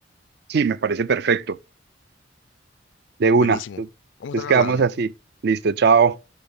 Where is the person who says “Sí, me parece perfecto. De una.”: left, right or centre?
Right